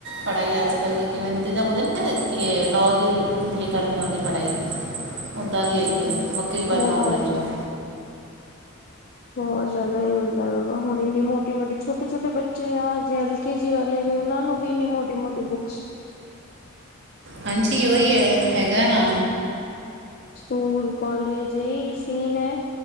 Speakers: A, on the right; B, on the left.
A: ਪੜ੍ਹਾਈ ਅੱਜ ਕੱਲ ਦੀ ਕਿਵੇਂ ਜਿੱਦਾਂ ਬੋਲਦੇ, ਤੇ ਲਾਅ ਦੀ ਕਰਨੀ ਆੳਂਦੀ ਪੜ੍ਹਾਈ ਓਦਾਂ ਦੀ ਹੈਗੀ ਹੈ, ਵਕੀਲ ਬਨਣਾ
B: ਬਹੁਤ
A: ਹੁੰਦਾ ਕਈ ਞਾਰ,
B: ਬੋਹਤ ਜ਼ਿਆਦਾ ਹੀ ਹੁੰਦਾ ਹੈਗਾ, ਹੁਣ ਇੰਨੀ ਮੋਟੀ -ਮੋਟੀ ਛੋਟੇ- ਛੋਟੇ ਬੱਚੇ ਆ ਜੇਹੜੇ ਕੇਜੀ ਵਾਲੇ ਵੀ ਉਹਨਾ ਨੂੰ ਵੀ ਇੰਨੀ ਮੋਟੀ -ਮੋਟੀ ਬੁੱਕਸ,
A: ਹਾਂਜੀ ਉਓਹੀ ਹੈ ਹੈਗਾ ਨਾ,
B: ਸਕੂਲ ਕੋਲੇਜ ਇਹ ਸੀਨ ਹੈ।